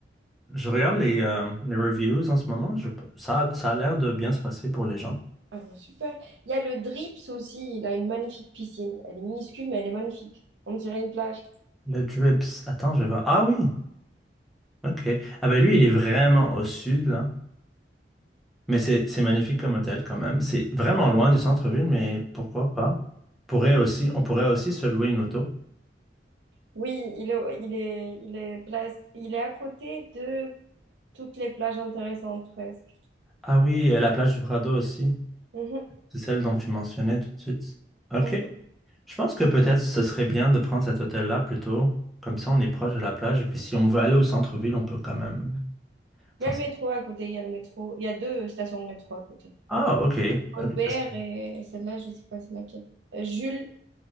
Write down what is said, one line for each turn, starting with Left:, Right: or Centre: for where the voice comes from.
Centre: je regarde les, euh, les reviews en ce moment. Je... Ça, a- ça a l'air de bien se passer pour les gens.
Right: Ah bon, super. Il y a le Drips aussi, il a une magnifique piscine. Elle est minuscule, mais elle est magnifique. On dirait une plage.
Centre: Le Drips. Attends, je vais voir. Ah oui. Ok. Ah ben lui, il est vraiment au sud, là. Mais c'est c'est magnifique comme hôtel quand même. C'est vraiment loin du centre-ville, mais pourquoi pas? Pourrait aussi, on pourrait aussi se louer une auto.
Right: Oui, il est, il est, il est, place, il est à côté de toutes les plages intéressantes presque.
Centre: Ah oui, euh, la plage du Prado aussi.
Right: Mhm,
Centre: C'est celle dont tu mentionnais tout de suite. OK.
Right: mhm.
Centre: Je pense que peut-être ce serait bien de prendre cet hôtel-là plutôt. Comme ça, on est proche de la plage. Et puis si on veut aller au centre-ville, on peut quand même.
Right: Il
Centre: Attends,
Right: y a le
Centre: c'est-
Right: métro à côté, il y a le métro. Il y a deux stations de métro à côté.
Centre: Ah, OK.
Right: Colbert
Centre: OK. parce-
Right: et celle-là, je sais pas c'est laquelle. Euh, Jules,